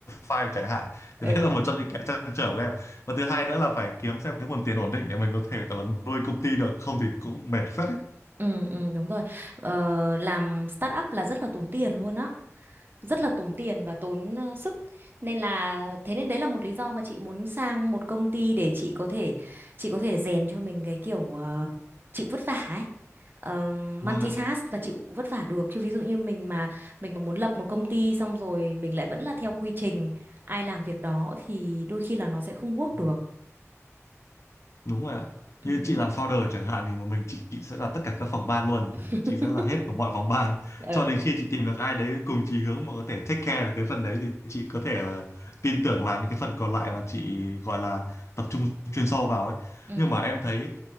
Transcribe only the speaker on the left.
to 5 chẳng hạn. Thì
đấy là một trong những cái trăn trở của em. Và thứ hai nữa là phải kiếm xem cái nguồn tiền ổn định để mình có thể gọi là nuôi công ty được, không thì cũng mệt phết đấy.
Vâng
ạ.
Ừ,
Đúng rồi ạ. Như
chị làm founder chẳng hạn thì một mình chị, chị sẽ là tất cả các phòng ban luôn.
Chị sẽ là hết của mọi phòng ban.
Cho đến khi chị tìm được ai đấy cùng chí hướng mà có thể take care được cái phần đấy thì chị có thể là tin tưởng làm những cái phần còn lại mà chị gọi là tập trung chuyên sâu vào ấy.
Nhưng mà em thấy